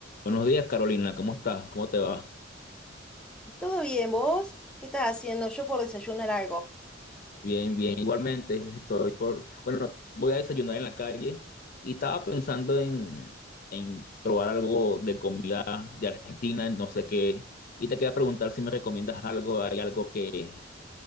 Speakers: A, on the left (about 50°); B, in the centre.
A: Buenos días, Carolina. ¿Cómo estás? ¿Cómo te va?
B: ¿Todo bien, vos? ¿Qué estás haciendo? Yo por desayunar algo.
A: Bien, bien. Igualmente, estoy por... Bueno, voy a desayunar en la calle y estaba pensando en, en probar algo de comida de Argentina, no sé qué. Y te quería preguntar si me recomiendas algo, hay algo que,